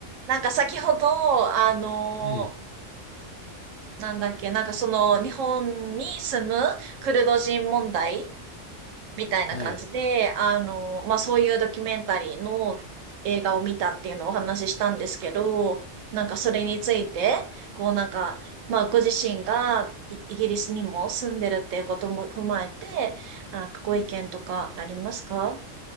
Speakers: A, on the right; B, on the left.
A: なんか先ほど、あの
B: はい。
A: なんだっけ、なんかその日本に住むクルド人問題みたいな感じで、
B: はい。
A: あのまあそういうドキュメンタリーの映画を見たっていうのをお話ししたんですけど、なんかそれについて、こうなんか、まあご自身がイイギリスにも住んでるっていうことも踏まえて、あ、ご意見とかありますか